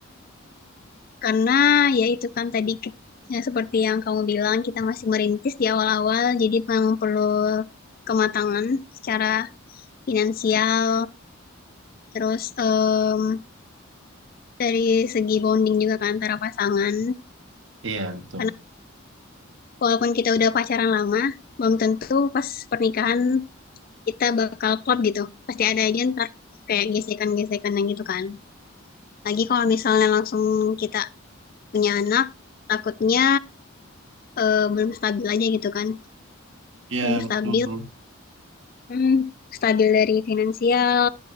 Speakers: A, on the left; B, on the right.
A: Karena ya itu kan tadi ki- ya seperti yang kamu bilang kita masih merintis di awal-awal jadi memang perlu kematangan secara finansial terus em, dari segi bonding juga kan antara pasangan
B: Iya betul.
A: karena walaupun kita udah pacaran lama belum tentu pas pernikahan kita bakal klop gitu pasti ada aja ntar kayak gesekan-gesekan yang gitu kan lagi kalau misalnya langsung kita punya anak takutnya eh, belum stabil aja gitu kan
B: Iya
A: belum
B: betul.
A: stabil Hmm, stabil dari finansial,